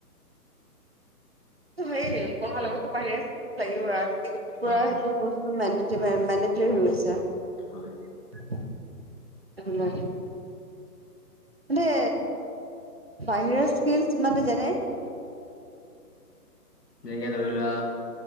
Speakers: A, on the right (about 40°); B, on the left (about 80°).
A: সেই পঢ়া লগতো বাহিৰা <unintelligible> লাগিব আজিকালি পুৰা
B: হয়
A: মেণ্ডেটৰী হৈ গৈছে।
B: হয়,
A: <inaudible> <unintelligible> মানে বাহিৰৰ স্কিলছ কিমানে জানে?
B: যেনেকে ধৰি লোৱা